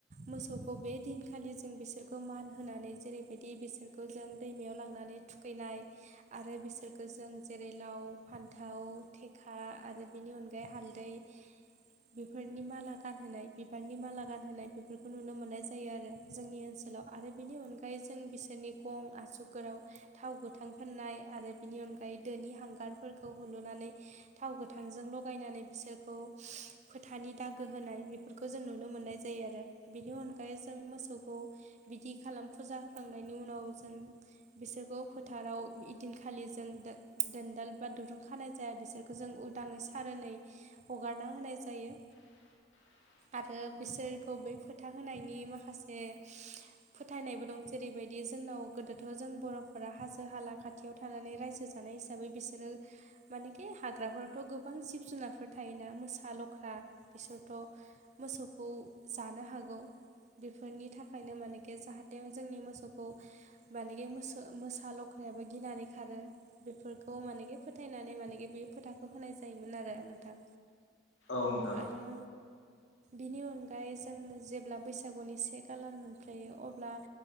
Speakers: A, on the right; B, on the left.
A: मोसौखौ बे दिनखालि जों बिसोरखौ मान होनानै जेरैबायदि बिसोर बेखौ जों दैमायाव लांनानै थुखैनाय आरो बिसोरखौो जों जेरै लाव फान्थाव थेखा आरो बेनि अनगायै दै हालदै बेफोरनि माला गानहोनाय बिबारनि माला गानहोनाय बेफोरखौ नुनो मोननाय जायो आरो जोंनि ओनसोलाव आरो बेनि अनगायै जों बिसोरनि गं आसुफोराव थाव गोथां फाननाय आरो बेनि अनगायै दोनि हांगारफोरखौ हुलुनानै थाव गोथांजों ल थगायनानै बिसोरखौ फोथानि दागो होनाय बेफोरखौ जों नुनो मोननाय जायो आरो बिनि अनगायै जों मोसौखौ बिदि खालाम फुजा होखांनायनि उनाव जों बिसोरखौ फोथाराव इदिनखालि जों दोनदाल बा दुरुं खानाय जाया बिसोर बेखौ जों उदाङै सारनै हगारना होनाय जायो
B: <inaudible>
A: आरो बिसोरखौ बै फोथा होनायनि माखासे फोथायनायबो दं जेरैबायदि जोंनाव गोदोथ' जों बर'फोरा हाजो हाला खाथि खायाव थानानै रायजो जानाय हिसाबै बिसोरो मानेखि हाग्राफोराथ' गोबां जिब जुनारफोर थायोना मोसा लख्रा बिसोरथ' मोसौखौ जानो हागौ बेफोरनि थाखायनो मानेकि जाहाथेाव जोंनि मोसौखौ मानगि म मोसा लख्रायाबो गिनानै खारो बेफोरखौ मानेगि फोथायनानै मानेगि बे फोथाखौ होनाय जायो जायोमोन आरो नोंथां
B: औ नोंथां
A: आरो बिनि अनगायै जों जेब्ला बैसागुनि से कालार मोनफयो अब्ला